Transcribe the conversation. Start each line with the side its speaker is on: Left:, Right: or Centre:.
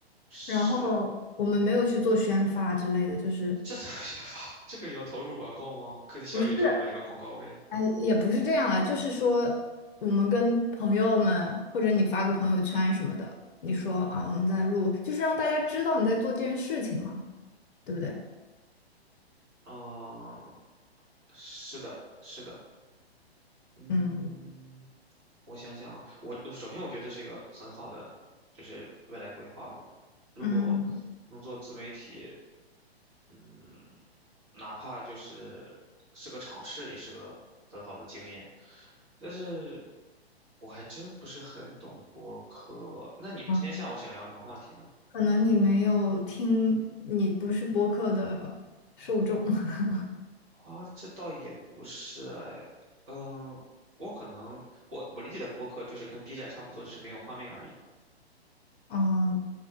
Right: 是，
Left: 然后我们没有去做宣发之类的，就是
Right: 这怎么写法？<laughs> 这个也要投入广告吗？可以小宇宙买个广告位
Left: 不是。哎，也不是这样了，就是说，我们跟朋友们，或者你发个朋友圈什么的，你说啊，我们在录，就是让大家知道你在做这件事情嘛，对不对？
Right: 啊，是的，是的，嗯，
Left: 嗯
Right: 我想想啊，我我首先我觉得这是一个很好的，就是未来规划嘛。如果能做自媒体，
Left: 嗯，
Right: 嗯，哪怕就是是个尝试，也是个很好的经验。但是我还真不是很懂播客。那你们今天下午想聊什么话题呢？
Left: 啊可能你没有听，你不是播客的受众。<laughs>
Right: 啊，这倒也不是哎，嗯，我可能我我理解的播客就是跟 B 站差不多，只是没有画面而已。
Left: 嗯，